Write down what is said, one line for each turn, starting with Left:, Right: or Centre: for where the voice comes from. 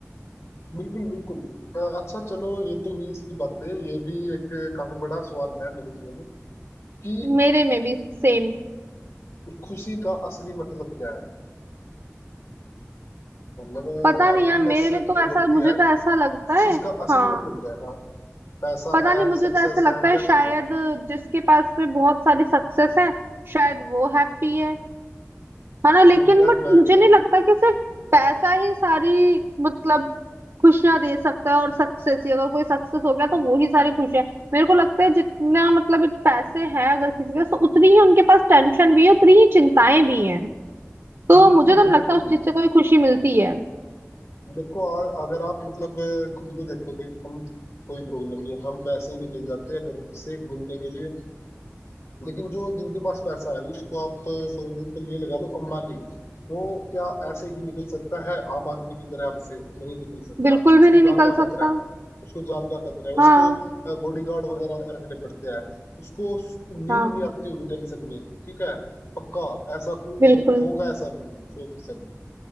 Left: बिल्कुल बिल्कुल अ, अच्छा चलो ये तो हुई इसकी बातें ये भी एक काफी बड़ा सवाल है मेरे जीवन में कि
Right: मेरे में भी सेम
Left: खुशी का असली मतलब क्या है मतलब
Right: पता
Left: हैप्पीनेस
Right: नहीं यार मेरे लिए तो
Left: जो
Right: ऐसा
Left: होती
Right: मुझे
Left: है
Right: तो ऐसा लगता
Left: उस
Right: है
Left: चीज का असली
Right: हाँ
Left: मतलब क्या है हाँ पैसा
Right: पता
Left: है
Right: नहीं मुझे
Left: सक्सेस
Right: तो ऐसा लगता
Left: है
Right: है
Left: क्या
Right: शायद
Left: चीज है
Right: जिसके पास में बहुत सारी सक्सेस है शायद वो हैप्पी है है ना लेकिन
Left: नहीं यार
Right: बट
Left: मेरे
Right: मुझे
Left: को
Right: नहीं लगता कि सिर्फ पैसा ही सारी मतलब खुशियां दे सकता है और सक्सेस ही अगर कोई सक्सेस हो गया तो वो ही सारी खुशियां मेरे को लगता है जितना मतलब इत- पैसे हैं अगर किसी के तो उतनी ही उनके पास टेंशन भी है उतनी ही चिंताएं भी हैं तो
Left: बिल्कुल
Right: मुझे तो नहीं
Left: बिल्कुल
Right: लगता उस चीज से कोई खुशी मिलती है
Left: देखो अ- अगर आप मतलब अ, खुद को देखोगे हम कोई प्रॉब्लम नहीं है, हम वैसे ही निकल जाते हैं घर से घूमने के लिए लेकिन जो जिनके पास पैसा है उसको आप फॉर एग्जाम्पल ये लगा लो अंबानी वो क्या ऐसे ही निकल सकता है आम आदमी की तरह ऐसे नहीं निकल सकता
Right: बिल्कुल
Left: उसको
Right: भी नहीं निकल
Left: जान का
Right: सकता
Left: खतरा है उसको जान का खतरा है उसको
Right: हाँ
Left: बॉडीगार्ड वगैरह रखने पड़ते हैं उसको नींद
Right: हाँ
Left: नहीं आती होगी टेंशन में ठीक है पक्का ऐसा कोई
Right: बिल्कुल
Left: हो, होगा ऐसा बिल्कुल 100%